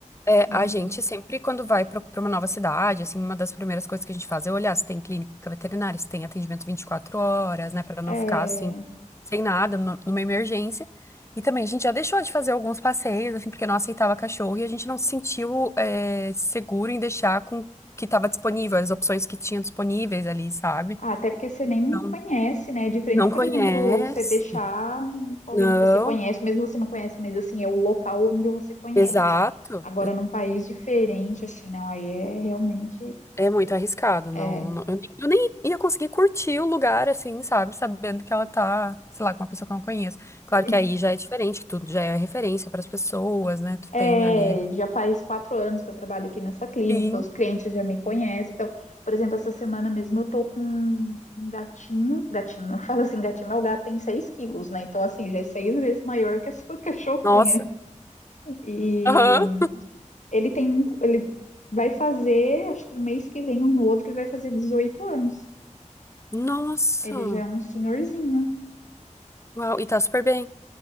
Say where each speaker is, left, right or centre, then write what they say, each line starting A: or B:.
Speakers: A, on the left; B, on the left.
A: É,
B: Hum,
A: a gente sempre, quando vai para uma nova cidade, assim, uma das primeiras coisas que a gente faz é olhar se tem clínica veterinária, se tem atendimento 24 horas, né, para não
B: é.
A: ficar assim, sem nada, nu- numa emergência. E também a gente já deixou de fazer alguns passeios, assim, porque não aceitava cachorro e a gente não se sentiu, é, seguro em deixar com o que estava disponível, as opções que tinha disponíveis ali, sabe?
B: Ah, até porque você nem
A: Então,
B: conhece, né? É diferente,
A: não
B: por
A: conhece?
B: exemplo, você deixar alguém
A: Não,
B: que você conhece, mesmo você não conhece, mas assim, é o local onde você conhece.
A: exato,
B: Agora, num país diferente, assim, não, aí é realmente.
A: É muito arriscado, não,
B: É,
A: não- eu, nem, eu nem ia conseguir curtir o lugar, assim, sabe? Sabendo que ela tá, sei lá, com uma pessoa que eu não conheço. Claro
B: é,
A: que aí já é diferente, que tudo já é referência pras pessoas, né? Tu
B: é,
A: tem ali.
B: já faz quatro anos que eu trabalho aqui nessa clínica,
A: Sim.
B: então os clientes já me conhecem. Então, por exemplo, essa semana mesmo eu tô com um gatinho, gatinho, <laughs> eu falo assim, gatinho, meu gato tem seis quilos, né? Então, assim, já é seis vezes maior que a sua <laughs> cachorrinha.
A: Nossa.
B: e
A: Aham.
B: Ele tem, ele vai fazer, acho que no mês que vem ou no outro, ele vai fazer 18 anos.
A: Nossa.
B: Ele já é um senhorzinho.
A: Uau, e tá super bem.